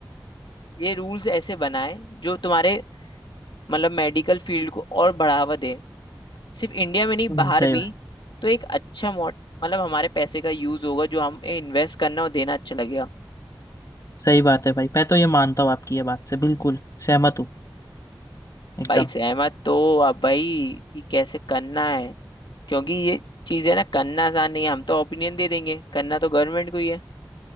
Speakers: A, on the left (about 80°); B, on the left (about 45°).
A: ये रूल्स ऐसे बनाए जो तुम्हारे मतलब मेडिकल फील्ड को और बढ़ावा दे सिर्फ इंडिया में नहीं
B: हम्म,
A: बाहर
B: सही
A: भी
B: बात
A: तो एक अच्छा मॉड मतलब हमारे पैसे का यूज होगा जो हम इन्वेस्ट करना और देना अच्छा लगेगा
B: सही बात है भाई मैं तो ये मानता हूँ आपकी ये बात से बिल्कुल सहमत हूँ एकदम
A: भाई सहमत तो अब भाई कि कैसे करना है क्योंकि ये चीजें ना करना आसान नहीं है हम तो ओपिनियन दे देंगे करना तो गवर्नमेंट को ही है